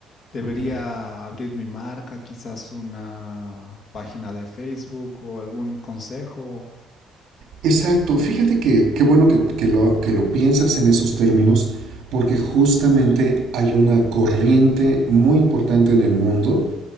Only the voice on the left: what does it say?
¿debería
abrir mi marca, quizás una página de Facebook o algún consejo?